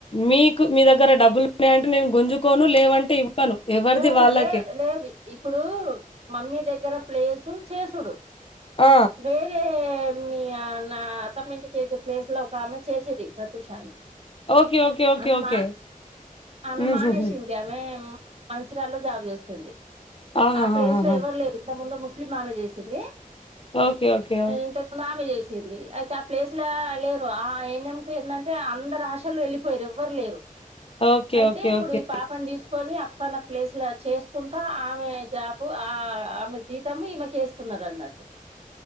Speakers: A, on the left; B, on the right.
A: మీకు మీ దగ్గర డబ్బులు ఉన్నాయంటే నేను గుంజుకోను లేవంటే ఇవ్వను ఎవరిది
B: ఆ
A: వాళ్ళకే
B: లే లేదు ఇప్పుడు మమ్మీ దగ్గర ప్లేసు చేసుడు
A: ఆ
B: వేరే మీ నా అత్తమ్మ ఇంటికి ఎసే ప్లేస్‌లో ఒక ఆమె చేసేది ప్రత్యూష అని
A: ఓకే ఓకే ఓకే
B: ఆమె
A: ఓకే
B: మా ఆమె
A: ఉహుహు
B: మానేసింది ఆమె మంచిర్యాల్లో జాబ్ చేస్తుంది
A: ఆహాహాహా
B: ఆ ప్లేస్‌లో ఎవరు లేదు ఇంతకు ముందు ముస్లిం ఆమె చేసింది
A: ఓకే ఓకే ఓ
B: ఇంతకు ముందు ఆమె చేసింది అయితే ఆ ప్లేస్‌లో లేరు ఆ ఎన్ఎంకు ఏందంటే అందరూ ఆశాలు ఎళ్లి పోయిరు ఎవ్వరు లేరు
A: ఓకే
B: అయితే
A: ఓకే
B: ఇప్పుడు
A: ఓకే ఓకే
B: ఈ పాపని తీసుకొని అ సన ప్లేస్‌లో చేసుకుంటా ఆమె జాబు ఆ ఆమె జీతం ఈమెకి ఏ స్తున్నారు అన్నట్టు